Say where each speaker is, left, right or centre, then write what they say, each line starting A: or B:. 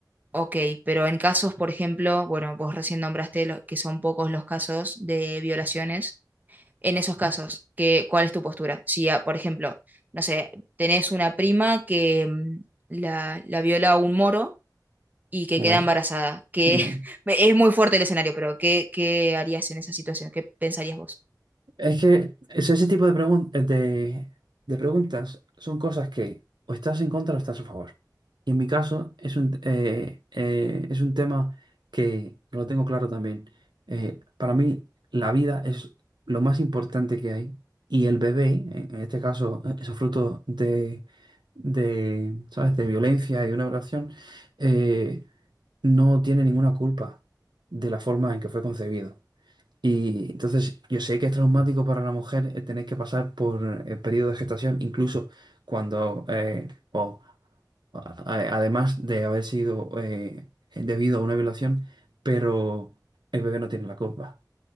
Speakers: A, on the right; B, on the right.
A: Ok, pero en casos, por ejemplo, bueno, vos recién nombraste lo- que son pocos los casos de violaciones en esos casos? ¿Qué, cuál es tu postura? Si, ah, por ejemplo, no sé, tenés una prima que mm, la, la viola un moro y que
B: Muy
A: queda
B: bien.
A: embarazada, que
B: Ujú.
A: <laughs> me- es muy fuerte el escenario, pero ¿qué, qué harías en esa situación? ¿Qué pensarías vos?
B: Es que es ese tipo de, pregun- de, de preguntas son cosas que o estás en contra o estás a favor. Y en mi caso es un, eh, eh, es un tema que lo tengo claro también. Eh, para mí la vida es lo más importante que hay y el bebé, en en este caso, eh, esos frutos de, de, ¿sabes? de violencia y de una violación, eh, no tiene ninguna culpa de la forma en que fue concebido. Y entonces yo sé que es traumático para la mujer eh, tener que pasar por el periodo de gestación, incluso cuando, eh, o a- a- además de haber sido eh, debido a una violación, pero el bebé no tiene la culpa,